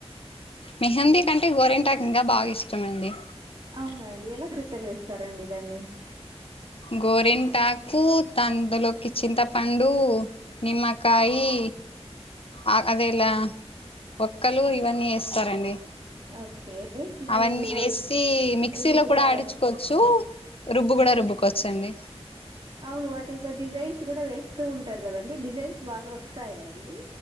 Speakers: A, on the left (about 60°); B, on the right (about 50°).
A: మేహింది కంటే గోరింటకు ఇంకా బాగా ఇష్టమండి
B: అవునండి ఎలా ప్రిపేర్ చేస్తారండి దాన్ని
A: గోరింటాకు తందులోకి చింతపండు నిమ్మకాయి ఆ అదే ఇలా ఒక్కలు ఇవన్నీ ఎస్తారండీ
B: ఓకే దాన్ని
A: అవన్నీ
B: రు
A: వేసి మిక్సీలో
B: రుబ్బుతారా
A: కూడా ఆడిచుకోవచ్చు రుబ్బు గుడా రుబ్బుకోచ్చండి
B: అవును వాటితో డిజైన్స్ కూడా వేస్తూ ఉంటారు కదండి డిజైన్స్ బాగా ఒస్తాయా అండి